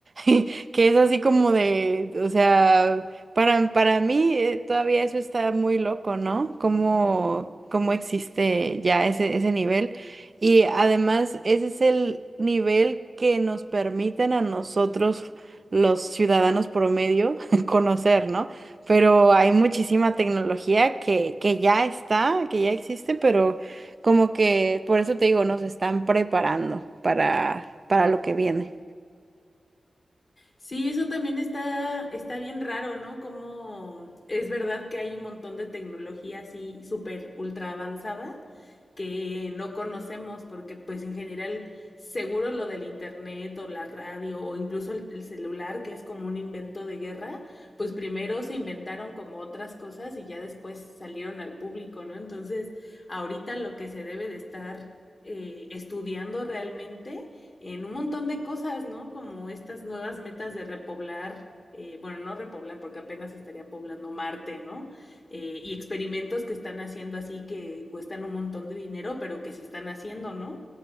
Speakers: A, on the right (about 45°); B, on the left (about 45°).
A: <laughs> que es así como de, o sea, para, para mí eh, todavía eso está muy loco, ¿no? ¿Cómo, cómo existe ya ese, ese nivel? Y además, ese es el nivel que nos permiten a nosotros, los ciudadanos promedio, <laughs> conocer, ¿no? pero hay muchísima tecnología que, que ya está, que ya existe, pero como que, por eso te digo, nos están preparando para, para lo que viene.
B: Sí, eso también está, está bien raro, ¿no? Como es verdad que hay un montón de tecnología así súper ultra avanzada que no conocemos porque pues en general seguro lo del internet o la radio o incluso el, el celular que es como un invento de guerra, pues primero se inventaron como otras cosas y ya después salieron al público, ¿no? Entonces ahorita lo que se debe de estar eh, estudiando realmente en un montón de cosas, ¿no? Como estas nuevas metas de repoblar, eh, bueno, no repoblar porque apenas estaría poblando Marte, ¿no? Eh, y experimentos que están haciendo así que cuestan un montón de dinero, pero que se están haciendo, ¿no?